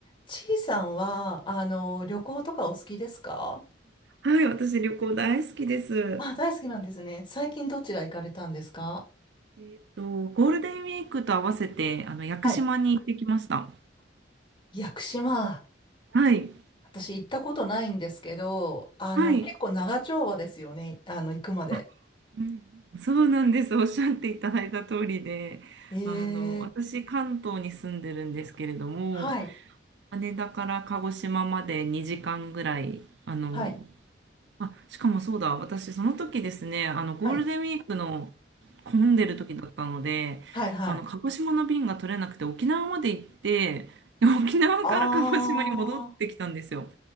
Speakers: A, on the left; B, on the right.
A: ちいさんは、あの、旅行とかお好きですか
B: はい、私旅行大好きです。
A: あ、大好きなんですね。最近どちら行かれたんですか
B: えっと、ゴールデンウィークと合わせて、あの、屋久島に行ってきました。
A: はい。屋久島。
B: はい、
A: 私行ったことないんですけど、あの、
B: はい。
A: 結構長丁場ですよね。あの、行くまで。
B: あうんうんそうなんです。おっしゃっていただいた通りで、
A: ええ
B: あの、私、関東に住んでるんですけれども、
A: はい。
B: 羽田から鹿児島まで2時間ぐらい、あの、
A: はい。
B: あ、しかもそうだ、私、その時ですね、あの、ゴールデンウィークの
A: はい。
B: 混んでる時だったので、
A: はい。はい。
B: あの、鹿児島の便が取れなくて、沖縄まで行って、で沖縄から鹿児島に戻ってきたんですよ。
A: あー